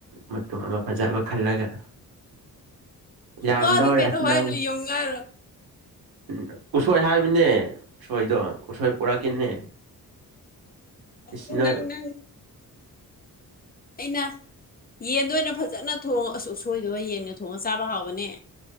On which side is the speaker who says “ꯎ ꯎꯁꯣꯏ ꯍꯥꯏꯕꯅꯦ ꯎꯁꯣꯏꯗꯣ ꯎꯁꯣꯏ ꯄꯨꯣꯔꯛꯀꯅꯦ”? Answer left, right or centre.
Right